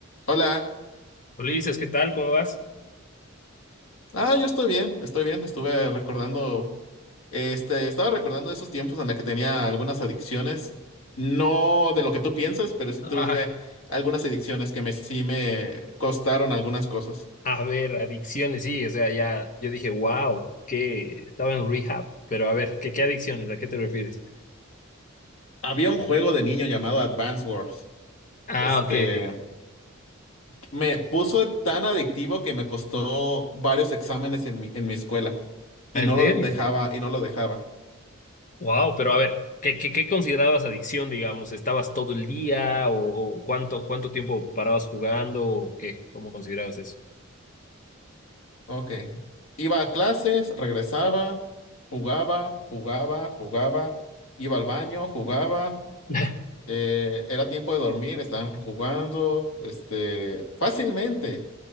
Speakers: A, on the left; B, on the left.
A: Hola.
B: Ulises, ¿qué tal? ¿Cómo vas?
A: Ah, yo estoy bien, estoy bien. Estuve recordando, este, estaba recordando esos tiempos en los que tenía algunas adicciones. No de lo que tú piensas, pero sí
B: Ah,
A: tuve algunas adicciones que me sí me costaron algunas cosas.
B: A ver, adicciones, sí, o sea, ya yo dije, wow, que estaba en rehab, pero a ver, ¿qué, qué adicciones? ¿A qué te refieres?
A: Había un juego de niño llamado Advance Wars.
B: ah,
A: Este,
B: ok.
A: me puso tan adictivo que me costó varios exámenes en mi, en mi escuela y
B: Ah,
A: no
B: ¿En serio?
A: lo dejaba y no lo dejaba.
B: Wow, pero a ver, ¿qué, qué, qué considerabas adicción, digamos? ¿Estabas todo el día o, o cuánto, cuánto tiempo parabas jugando o qué? ¿Cómo considerabas eso?
A: Ok. Iba a clases, regresaba, jugaba, jugaba, jugaba, iba al baño, jugaba,
B: <laughs>
A: eh, era tiempo de dormir, estaban jugando, este, fácilmente,